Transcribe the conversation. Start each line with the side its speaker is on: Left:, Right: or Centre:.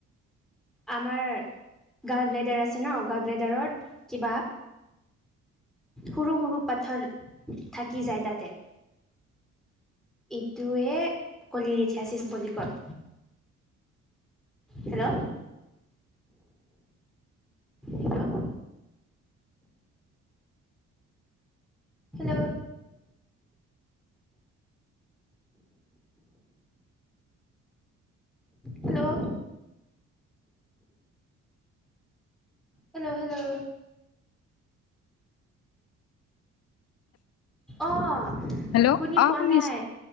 Centre: আমাৰ গলব্লেডাৰ আছে ন', গল ব্লেডাৰত কিবা সৰু সৰু পাথৰ থাকি যায় তাতে এইটোৱে কলিলএথিয়চিছ বুলি কয়। Hello. Hello hello. Hello. Hello, hello. অ',
Left: হেল্ল'
Centre: শুনি
Left: অ
Centre: পোৱা
Left: শুনিছো
Centre: নাই।